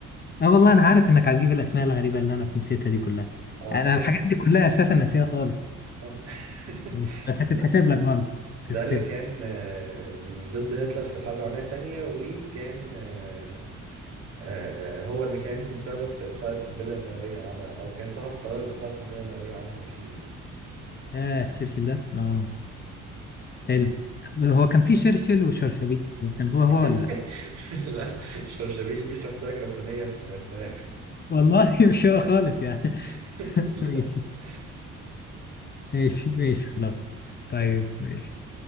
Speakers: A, on the left; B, on the right.
A: أه والله أنا عارف إنك هتجيب الأسماء الغريبة اللي أنا نسيتها دي كلها
B: اه
A: أنا
B: شيء
A: الحاجات دي كلها أساسا ناسيها خالص
B: اه <laughs>
A: ماشي بس هتتحسب
B: لا
A: لك برضه
B: ده
A: هتتحسب
B: اللي كان
A: لك
B: آه، بي- ضد هتلر في الحرب العالمية التانية وكان آه، آه، آه، هو اللي كان سبب في إلقاء القنبلة النووية على أو كان صاحب قرار إلقاء القنبلة النووية على هيروشيما يعني.
A: آه شرشل ده أه حلو هو كان في شرشل وشرشبيل هو كان هو
B: <laughs>
A: هو ولا لأ؟
B: لا شرشبيل دي شخصية كرتونية في السناب
A: والله <laughs> مش هو خالص يعني
B: <laughs>
A: <laughs> ماشي ماشي ماشي خلاص طيب ماشي